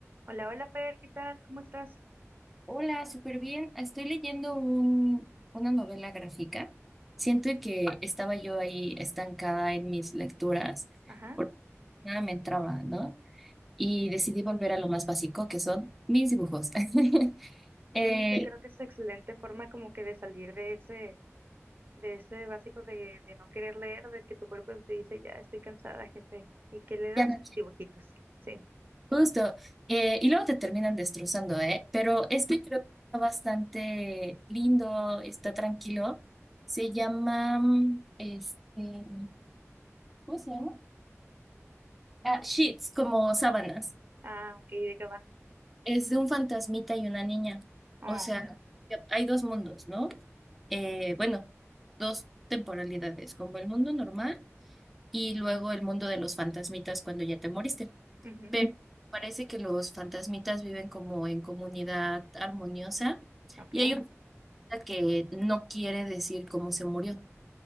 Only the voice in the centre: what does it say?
Hola, súper bien. Estoy leyendo un- una novela gráfica. Siento que estaba yo ahí estancada en mis lecturas
porque nada me entraba, ¿no? Y decidí volver a lo más básico, que son mis dibujos. <laughs>
Eh,
ya no
quiero- justo. Eh, y luego te terminan destrozando, ¿eh? Pero este creo que está bastante lindo, está tranquilo. Se llama, mm, este, ¿cómo se llama? Ah, sheets, como sábanas.
Es de un fantasmita y una niña.
O sea, que hay dos mundos, ¿no? Eh, bueno, dos temporalidades, como el mundo normal y luego el mundo de los fantasmitas cuando ya te moriste.
Pero parece que los fantasmitas viven como en comunidad armoniosa
y hay un fantasma que no quiere decir cómo se murió.